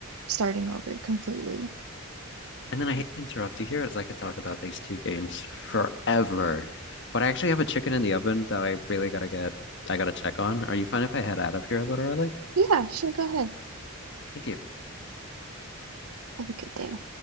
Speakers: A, on the right; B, on the left.
A: starting over completely.
B: And then I hate to interrupt you here, as I could talk about these two games forever. But I actually have a chicken in the oven that I really gotta get, I gotta check on. Are you fine if I head out of here a little early?
A: Yeah, sure, go ahead.
B: Thank you.
A: Have a good day.